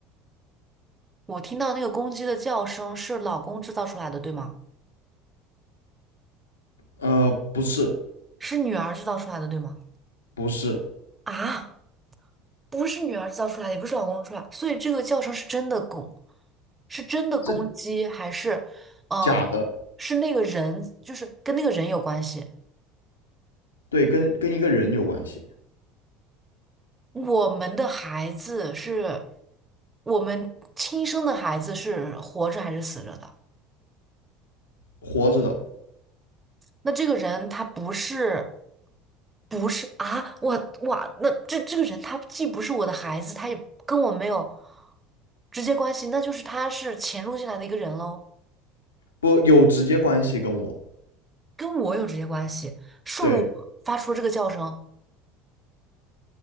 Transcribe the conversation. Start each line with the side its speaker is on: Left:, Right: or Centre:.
Right: 我听到那个公鸡的叫声是老公制造出来的，对吗？
Left: 呃，不是，
Right: 是女儿制造出来的，对吗？
Left: 不是，
Right: 啊，不是女儿造出来的，也不是老公出来，所以这个叫声是真的攻，是真的攻击，
Left: 是
Right: 还是，嗯、
Left: 假的。
Right: 呃是那个人，就是跟那个人有关系。
Left: 对，跟跟一个人有关系，
Right: 我们的孩子是，我们亲生的孩子是活着还是死了的？
Left: 活着的
Right: 那这个人他不是，不是啊，我哇，那这这个人他既不是我的孩子，他也跟我没有直接关系，那就是他是潜入进来的一个人喽。
Left: 不有直接关系跟我。
Right: 跟我有直接关系，是我发出这个叫声。
Left: 对，